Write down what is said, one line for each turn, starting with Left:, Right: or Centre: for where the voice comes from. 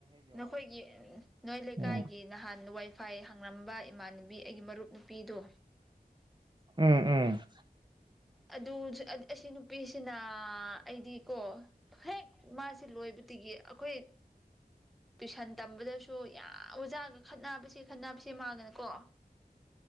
Centre: ꯅꯈꯣꯏꯒꯤ ꯑꯥ ꯅꯣꯏ ꯂꯩꯀꯥꯏꯒꯤ
Right: ꯎꯝ
Centre: ꯅꯍꯥꯟ ꯋꯥꯏ ꯐꯥꯢ ꯍꯪꯂꯝꯝꯕ ꯏꯃꯥꯟꯅꯕꯤ ꯑꯩꯒꯤ ꯃꯔꯨꯞ ꯅꯨꯄꯤꯗꯣ
Right: ꯎꯝ ꯎꯝ
Centre: ꯑꯗꯨ ꯑꯥ ꯑꯁꯤ ꯅꯨꯄꯤꯁꯤꯅ ꯑꯩꯗꯤ ꯀꯣ ꯍꯦꯛ ꯃꯥꯁꯤ ꯂꯣꯏ ꯂꯣꯏꯕꯗꯒꯤ ꯑꯩꯈꯣꯏ ꯇꯨꯏꯁꯟ ꯇꯝꯕꯗꯁꯨ ꯌꯥꯝ ꯑꯣꯖꯥꯒ ꯈꯠꯅꯕꯁꯦ ꯈꯠꯅꯕꯁꯦ ꯃꯥꯒꯀꯣ <inaudible>